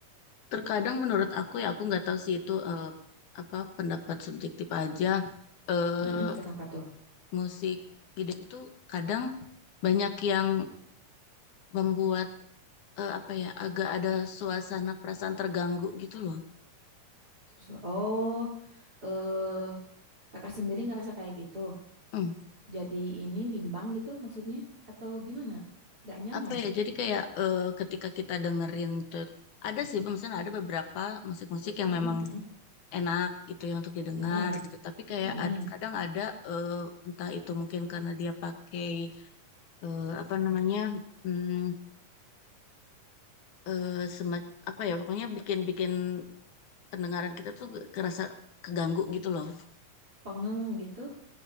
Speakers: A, on the left; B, on the right.
A: terkadang menurut aku ya aku nggak tahu sih itu eh, apa pendapat subjektif aja eh
B: Mm-mm. Kenapa tuh?
A: musik idem tuh kadang banyak yang membuat eh, apa ya agak ada suasana perasaan terganggu gitu loh.
B: So- oh, eh kakak sendiri ngerasa kayak gitu.
A: Hmm,
B: Jadi ini bimbang gitu maksudnya atau gimana? Gak nyaman.
A: apa ya? Jadi kayak eh, ketika kita dengerin tuh ada sih misalnya ada beberapa musik-musik yang
B: Mm-mm,
A: memang
B: mm.
A: enak gitu ya untuk didengar
B: Mm-mm,
A: gitu. Tapi kayak
B: mm.
A: ad- kadang ada eh, entah itu mungkin karena dia pakai eh, apa namanya? Hmm, eh, semat- apa ya pokoknya bikin-bikin pendengaran kita tuh kerasa keganggu gitu loh.
B: Pengeng gitu